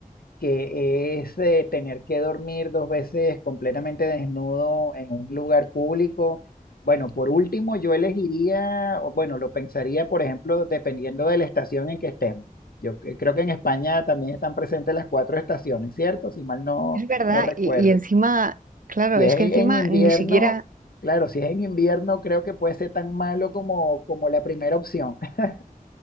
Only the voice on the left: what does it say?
que es eh, tener que dormir dos veces completamente desnudo en un lugar público. Bueno, por último, yo elegiría, o bueno, lo pensaría, por ejemplo, dependiendo de la estación en que estemos. Yo cre- creo que en España también están presentes las cuatro estaciones, ¿cierto? Si mal no,
no recuerdo.
Si
es
en invierno,
claro, si es en invierno, creo que puede ser tan malo como, como la primera opción, <laughs>